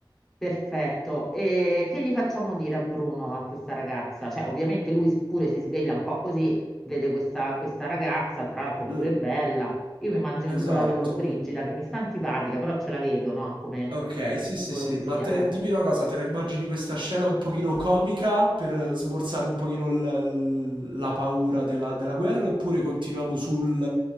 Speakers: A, in the centre; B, on the right.
A: perfetto. E che gli facciamo dire a Bruno, a questa ragazza? Cioè, ovviamente lui pure si sveglia un po' così, vede questa, questa ragazza, tra l'altro è pure
B: Eh,
A: bella. Io mi immagino tipo
B: esatto.
A: la Lollobrigida, che mi sta antipatica, però ce la vedo, no? Come
B: Ok, sì, sì,
A: tipologia,
B: sì. Ma te,
A: eh.
B: dimmi una cosa, te la immagini questa scena un pochino comica per smorzare un pochino l- la paura della, della guerra oppure continuiamo sul